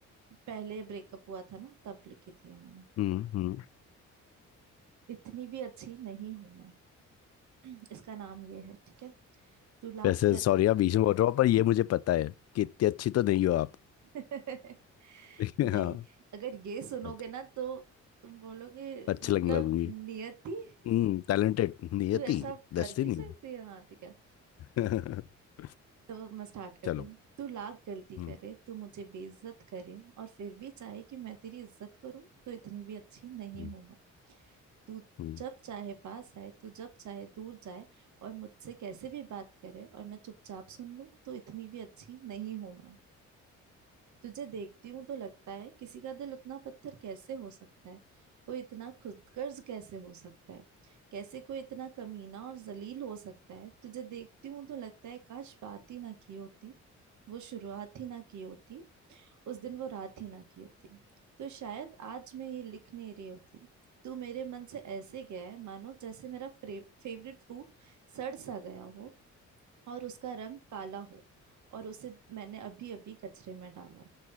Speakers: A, on the right; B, on the left.
A: पहले ब्रेकअप हुआ था ना तब लिखी थी ये मैंने
B: हम्म हम्म। हम्म।
A: इतनी भी अच्छी नहीं हूं मैं <clears throat> इसका नाम ये है ठीक है तुला
B: वैसे
A: कर
B: सॉरी आप बीच में बोल रहा हूँ पर ये मुझे पता है कि इतनी अच्छी तो नहीं हो आप
A: <laughs>
B: <laughs>
A: नहीं
B: हाँ
A: अगर ये सुनोगे
B: बहुत
A: ना तो तुम बोलोगे
B: अच्छी
A: मतलब
B: लगने लगूंगी
A: नियति
B: हम्म टैलेंटेड नियति
A: तू ऐसा
B: डेस्टिनी
A: कर भी सकती है हाँ ठीक है
B: हम्म <laughs>
A: तो मैं स्टार्ट करती
B: चलो
A: हूँ तू लाख गलती
B: हम्म
A: करे तू मुझे बेइज्जत करे और फिर भी चाहे कि मैं तेरी इज्जत करूं तो इतनी भी अच्छी नहीं
B: हम्म,
A: हूं मैं तू
B: हम्म,
A: जब चाहे पास आए तू जब चाहे दूर जाए और मुझसे कैसे भी बात करे और मैं चुपचाप सुन लूं तो इतनी भी अच्छी नहीं हूं मैं तुझे देखती हूं तो लगता है किसी का दिल उतना पत्थर कैसे हो सकता है कोई इतना खुदगर्ज कैसे हो सकता है कैसे कोई इतना कमीना और जलील हो सकता है तुझे देखती हूं तो लगता है काश बात ही ना की होती वो शुरुआत ही ना की होती उस दिन वो रात ही ना की होती तो शायद आज मैं ये लिख नहीं रही होती तू मेरे मन से ऐसे गया है मानो जैसे मेरा फेवरेट फ्रूट सड़ सा गया हो और उसका रंग काला हो और उसे मैंने अभी अभी कचरे में डाला हो